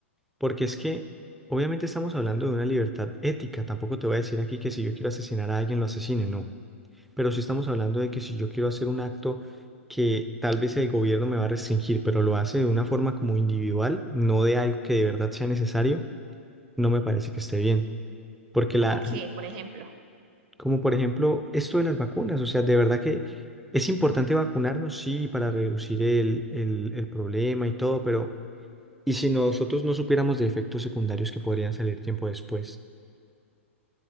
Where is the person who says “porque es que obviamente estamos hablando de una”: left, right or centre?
Centre